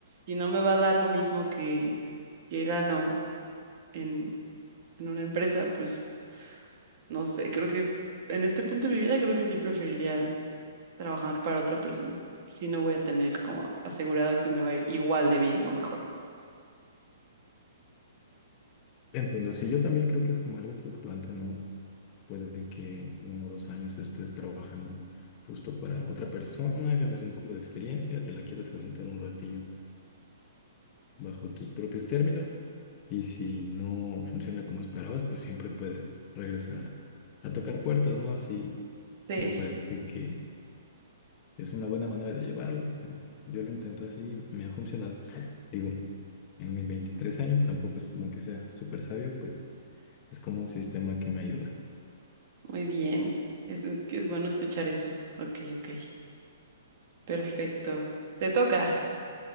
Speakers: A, on the right (about 45°); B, on the left (about 30°).
A: si no me va a dar lo mismo que, que gano en, en una empresa, pues no sé, creo que en este punto de mi vida creo que sí preferiría trabajar para otra persona. Si no voy a tener como asegurado que me va a ir igual de bien o mejor.
B: entiendo, sí, yo también creo que es como algo fluctuante, ¿no? Puede que uno o dos años estés trabajando justo para otra persona, ganes un poco de experiencia, te la quieras aventar un ratillo bajo tus propios términos y si no funciona como esperabas, pues siempre puedes regresar a, a tocar puertas, ¿no? Así
A: Sí,
B: me parece que es una buena manera de llevarlo. eh, Yo lo intento así, y me ha funcionado. Digo, en mis 23 años tampoco es como que sea súper sabio, pues es como un sistema que me ayuda.
A: muy bien. Es, es que es bueno escuchar eso. Ok, ok. Perfecto. Te toca.